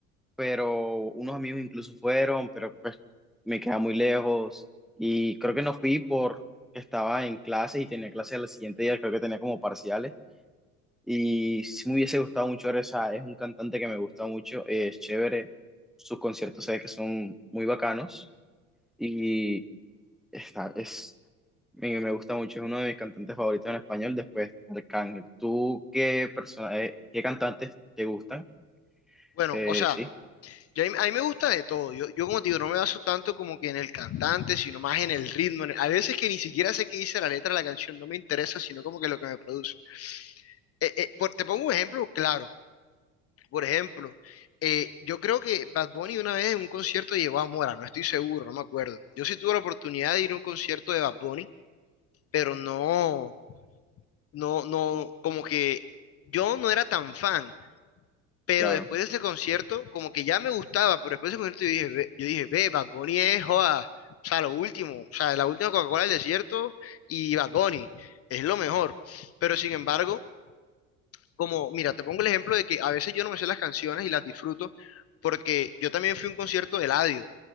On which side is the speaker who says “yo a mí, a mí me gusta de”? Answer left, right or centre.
Left